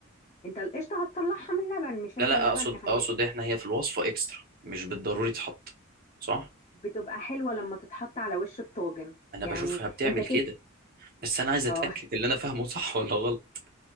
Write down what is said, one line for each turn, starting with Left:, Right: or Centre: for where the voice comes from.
Left: انت القشطة هتطلعها من اللبن مش
Right: لا
Left: انت
Right: لا
Left: اللبن
Right: اقصد
Left: هن-
Right: اقصد احنا هي في الوصفة اكسترا مش بالضروري تتحط صح؟
Left: بتبقى حلوة لما تتحط على وش الطاجن
Right: انا
Left: يعني
Right: بشوفها بتعمل
Left: انت كده
Right: كده بس انا عايز اتاكد
Left: اه <laughs>
Right: اللي انا فاهمه صح ولا غلط